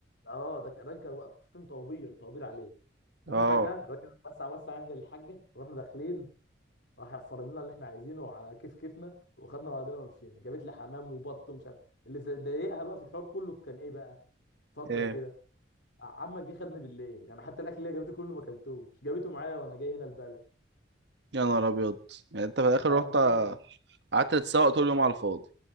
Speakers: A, on the left (about 65°); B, on the right (about 60°).
A: اه ده كان- الراجل كان واقفين طوابير طوابير عليه
B: اه
A: المهم فجاه الراجل وسع وسع عند الحاجه ورحنا داخلين راح فرض لنا اللي احنا عايزينه على كيف كيفنا وخدنا بعضنا ومشينا جابت لي حمام وبط ومش عارف اللي ضايقها بقى في الحوار كله كان ايه بقى فكر
B: ايه
A: كده عمك جه خدني بالليل يعني حتى الاكل اللي هي جابته كله ما اكلتوش جابته معايا وانا جاي هنا البلد
B: يا نهار ابيض يعني انت في الاخر
A: بعد
B: رحت
A: كل ده
B: قعدت تتسوق طول اليوم على الفاضي